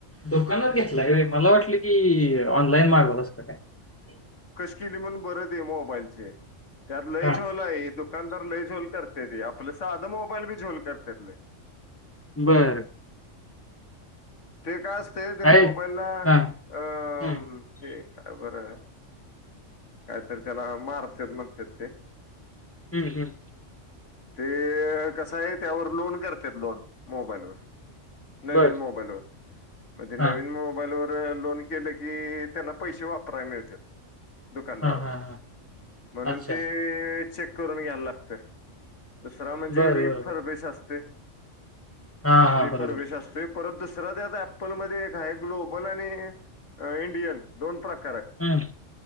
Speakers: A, on the left; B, on the left.
A: दुकानाच घेतला आहे. मला वाटलं की ऑनलाईन मागवलं अस काय?
B: िली म्हणून बरत आहे. मोबाईलचे त्यात लय
A: हा
B: झोल आहे दुकानदार लय झोल कर आपलं साधं मोबाईल बी झोल करत्यात ले.
A: बरं
B: ते काय अस ते ते
A: काय
B: मोबाईल ना
A: हा
B: अ
A: हम्म
B: हे काय बरं काहीतरी त्याला मारतेत म्हणतात ते
A: हम्म हम्म
B: ते कस आहे त्यावर लोन करत लोन मोबाईलवर नवीन
A: बर
B: मोबाईलवर म्हणजे नवीन
A: हा
B: मोबाईलवर लोन केलं की त्यांना पैसे वापरायला मिळते दुकानदारांना
A: हा हा हा
B: म्हणून
A: अच्छा.
B: ते चेक करून घ्यायला लागते दुसरा म्हणजे
A: बरं,
B: रि
A: बरं,
B: फरवेेश
A: बरं.
B: असते
A: हां, हां.
B: रिफरविश
A: बरोबर.
B: असतोय परत दुसरा त्यात ॲपलमध्ये एक हाय ग्लो फुटबॉल आणि इंडियन दोन प्रकार
A: हम्